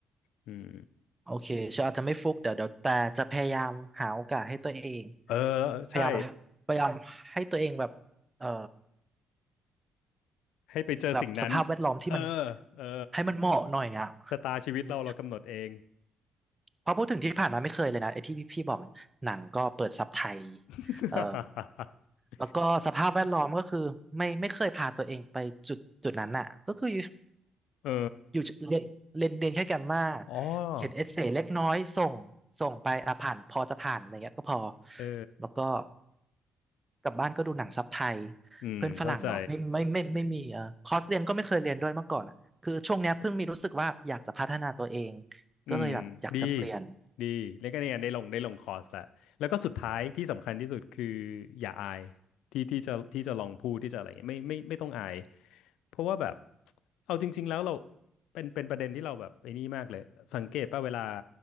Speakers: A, on the left; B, on the right.
A: อืม
B: โอเคเชลอาจจะไม่ฟุกเดี๋ยวเดี๋ยวแต่จะพยายามหาโอกาสให้ตัวเอง
A: เออ
B: พยายามครับพยายามให้ตัวเองแบบเอ่อ
A: ใช่ให้ไปเจอสิ่งนั้น
B: แบบสภาพแวดล้อมที่มัน
A: เออเออ
B: ให้มันเหมาะหน่อยอ่ะ
A: ชะตาชีวิตเราเรากำหนดเอง
B: อืมเพราะพูดถึงที่ผ่านมาไม่เคยเลยนะไอ้ที่พี่บอกเนี่ยหนังก็เปิดซับไทย
A: <laughs>
B: เอ่อแล้วก็สภาพแวดล้อมก็คือไม่ไม่เคยพาตัวเองไปจุดจุดนั้นอ่ะก็คือ
A: เออ
B: อยู่เรียนเรียนเรียนแค่แกมมา
A: อ๋อ
B: เขียนเอเซเล็กน้อยส่งส่งไปอ่ะผ่านพอจะผ่านอะไรเงี้ยก็พอ
A: เออ
B: แล้วก็กลับบ้านก็ดูหนังซับไทย
A: อืมเข้าใจ
B: เพื่อนฝรั่งเหรอไม่ไม่ไม่ไม่ไมมีเออคอร์สเรียนก็ไม่เคยเรียนด้วยเมื่อก่อนอ่ะคือช่วงเนี้ยเพิ่งมีรู้สึกว่าอยากจะพัฒนาตัวเอง
A: อืมดี
B: ก็เลยแบบอยากจะเปลี่ยน
A: ดีแล้วก็เนี่ยได้ลงได้ลงคอร์สละแล้วก็สุดท้ายที่สำคัญที่สุดคืออย่าอายที่ที่จะที่จะลองพูดที่จะอะไรเงี้ยไม่ไม่ไม่ต้องอายเพราะว่าแบบเอาจริงๆแล้วเราเป็นเป็นประเด็นที่เราแบบไอ้นี่มากเลยสังเกตป่ะเวลา